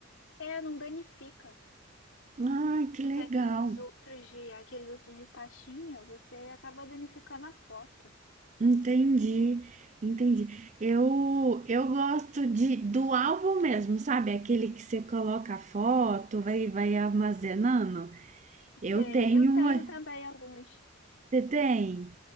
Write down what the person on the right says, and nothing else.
Ai, que
legal.
Entendi, entendi. Eu, eu gosto de, do álbum mesmo, sabe? Aquele que você coloca a foto, vai, vai armazenando. Eu
tenho
uma.
Você tem?